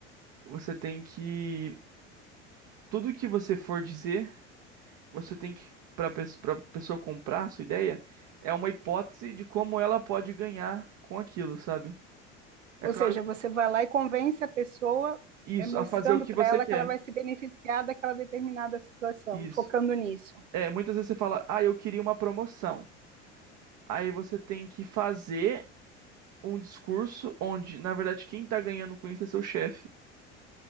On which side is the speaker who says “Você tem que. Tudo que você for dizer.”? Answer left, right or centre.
Right